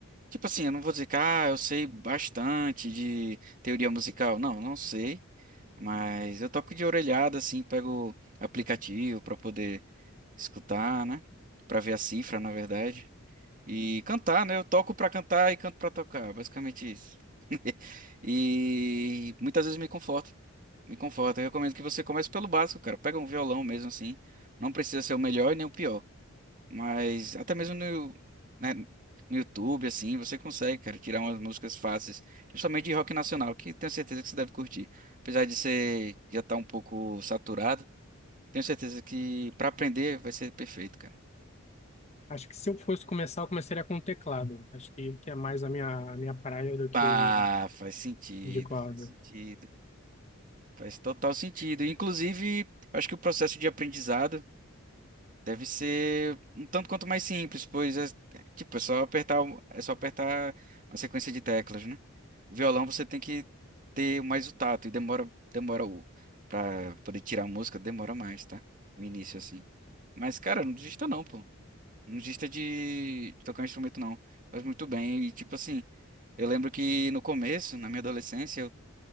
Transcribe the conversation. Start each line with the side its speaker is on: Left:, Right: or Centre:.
Right: Tipo assim, eu não vou dizer que ah, eu sei bastante de teoria musical. Não, não sei. Mas eu toco de orelhada, assim, pego aplicativo para poder escutar, né? Pra ver a cifra, na verdade. E cantar, né? Eu toco pra cantar e canto pra tocar, basicamente isso. E muitas vezes me conforta, me conforta. Eu recomendo que você comece pelo básico, cara. Pega um violão mesmo assim. Não precisa ser o melhor e nem o pior, mas até mesmo no, né, no YouTube assim, você consegue, cara, tirar umas músicas fáceis, principalmente de rock nacional, que tenho certeza que você deve curtir. Apesar de ser já estar um pouco saturado, tenho certeza que pra aprender vai ser perfeito, cara.
Left: Acho que se eu fosse começar, eu começaria com teclado. Acho que, que é mais a minha, a minha praia do que
Right: Ah, faz sentido,
Left: de corda.
Right: faz sentido, faz total sentido. Inclusive, eu acho que o processo de aprendizado deve ser um tanto quanto mais simples, pois é, tipo, é só apertar, o- é só apertar uma sequência de teclas, né? O violão você tem que ter mais o tato e demora, demora o para poder tirar a música, demora mais, tá? O início assim. Mas cara, não desista não, pô. Não desista de de tocar um instrumento não. Faz muito bem e tipo assim, eu lembro que no começo, na minha adolescência,